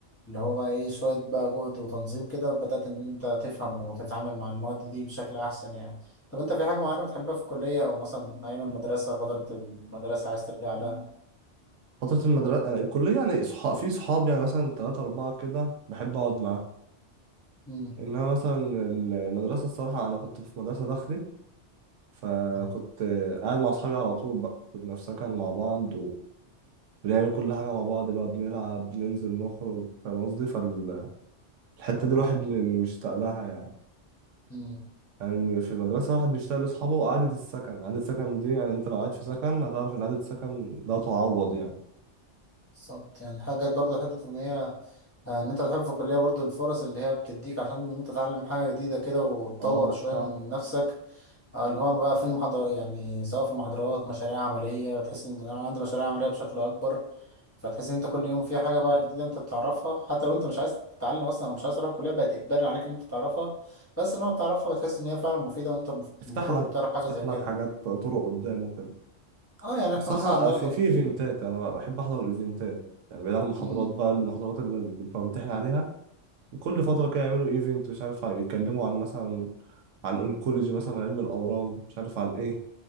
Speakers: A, on the left; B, on the right.
A: هو بقى إيه شوية بقى جهد وتنظيم كده بدأت إن أنت تفهم وتتعامل مع المواد دي بشكل أحسن يعني طب أنت في حاجة معينة بتحبها في الكلية أو مثلا أيام المدرسة فترة المدرسة عايز ترجع لها؟
B: فترة المدرسة آه، الكلية يعني صحاب في صحاب يعني مثلا تلاتة أربعة كده بحب أقعد معاهم
A: امم
B: إنما مثلا ال- المدرسة الصراحة أنا كنت في مدرسة داخلي فكنت
A: اه
B: قاعد مع أصحابي على طول بقى كنا في سكن مع بعض وبنعمل كل حاجة مع بعض بقى بنلعب بننزل نخرج فاهم قصدي فالحتة
A: حلو
B: دي الواحد
A: ده
B: م- مشتاق لها يعني
A: امم
B: يعني في المدرسة الواحد بيشتاق لأصحابه وقعدة السكن قعدة السكن دي يعني أنت لو قاعد في سكن هتعرف إن قعدة السكن لا تعوض يعني
A: بالظبط يعني حاجة برضو حتة إن هي آه، إن أنت تحب في الكلية برضو الفرص اللي هي بتديك عشان إن أنت تتعلم حاجة جديدة كده وتطور
B: اه
A: شوية
B: صح
A: من نفسك آه، اللي هو بقى في المحاضرة يعني سواء في المحاضرات مشاريع عملية بتحس إن أنا عندي مشاريع عملية بشكل أكبر فتحس إن أنت كل يوم في حاجة بقى جديدة أنت بتعرفها حتى لو أنت مش عايز تتعلم أصلا أو مش عايز تروح الكلية بقت إجباري عليك إن أنت تعرفها بس لما بتعرفها بتحس إن هي فعلا مفيدة وأنت
B: تفتح
A: المفروض
B: لك
A: كنت تعرف
B: تفتح
A: حاجة زي كده
B: لك حاجات طرق قدام وكده
A: أه يعني إحنا
B: صح
A: مثلا عندنا
B: في
A: دكتور
B: في ايفنتات انا بحب احضر الايفنتات يعني بعيد عن المحاضرات
A: مم.
B: بقى المحاضرات اللي اللي بمتحن عليها كل فتره كده يعملوا ايفنت مش عارف يتكلموا عن مثلا عن اونكولوجي مثلا علم الاورام مش عارف عن ايه